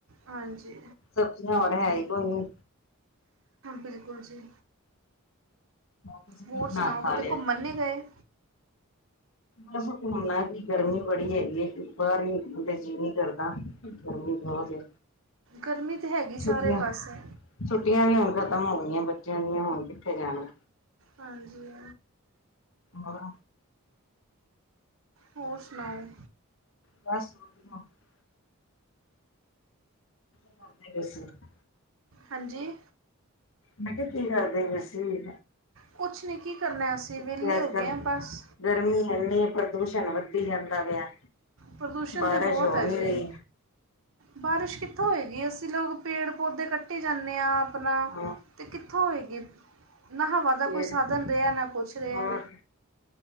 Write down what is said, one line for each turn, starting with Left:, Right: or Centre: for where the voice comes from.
Right: ਹਾਂਜੀ
Left: ਸਬਜ਼ੀਆਂ ਹੋਰ ਹੈ ਹੀ ਕੋਈ ਨਹੀਂ।
Right: ਬਿਲਕੁਲ ਜੀ।
Left: ਤੁਸੀਂ ਕੀ
Right: ਹੋਰ
Left: ਬਣਾ
Right: ਸੁਣਾਓ,
Left: ਖਾ
Right: ਕਿਤੇ
Left: ਲਿਆ
Right: ਘੁੰਮਣ ਨਹੀਂ ਗਏ।
Left: ਬਸ ਘੁੰਮਣਾ ਕਿ। ਗਰਮੀ ਬੜੀ ਹੈਗੀ ਹੈ, ਬਾਹਰ ਨਿਕਲਣ ਤੇ ਜੀ ਨਹੀ ਕਰਦਾ। ਗਰਮੀ ਬਹੁਤ ਹੈ।
Right: ਗਰਮੀ ਤਾਂ ਹੈਗੀ, ਸਾਰੇ
Left: ਛੁੱਟੀਆਂ
Right: ਪਾਸੇ।
Left: ਛੁੱਟੀਆਂ ਵੀ ਹੁਣ ਖਤਮ ਹੋ ਗਈਆਂ, ਬੱਚਿਆਂ ਦੀਆਂ, ਹੁਣ ਕਿੱਥੇ ਜਾਣਾ।
Right: ਹਾਂਜੀ।
Left: ਹੋਰ?
Right: ਹੋਰ ਸੁਣਾਓ?
Left: ਬਸ! ਵਧੀਆ ਕੀ ਹ <inaudible>
Right: ਹਾਂਜੀ?
Left: ਮੈਂ ਕਿਹਾ ਕੀ ਕਰਦੇ ਪਏ ਹੋ ਸੀ।
Right: ਕੁਛ ਨਹੀਂ ਕੀ ਕਰਨਾ ਅਸੀਂ।
Left: ਤੇ
Right: ਵਿਹਲੇ
Left: ਅੱਜ
Right: ਹੋ ਗਏ
Left: ਕੱਲ
Right: ਹਾਂ ਬਸ।
Left: ਗਰਮੀ ਐਂਨੀ ਪ੍ਰਦੂਸ਼ਣ ਵੱਧੀ ਜਾਂਦਾ ਪਿਆ।
Right: ਪ੍ਰਦੂਸ਼ਣ
Left: ਬਾਰਿਸ਼
Right: ਤਾਂ ਬਹੁਤ
Left: ਹੋ
Right: ਹੈ
Left: ਨੀ
Right: ਜੀ।
Left: ਰਹੀ।
Right: ਬਾਰਿਸ਼ ਕਿੱਥੋਂ ਹੋਏਗੀ? ਅਸੀਂ ਲੋਕ ਪੇੜ- ਪੌਧੇ ਕੱਟੀ ਜਾਂਦੇ ਹਾਂ। ਆਪਣਾ
Left: ਹਾਂ
Right: ਤੇ ਕਿੱਥੋਂ ਹੋਏਗੀ। ਨਾ ਹਵਾ ਦਾ
Left: ਫੇਰ
Right: ਕੋਈ ਸਾਧਨ ਰਿਹਾ, ਨਾ ਕੁਛ ਰਿਹਾ।
Left: ਹੋਰ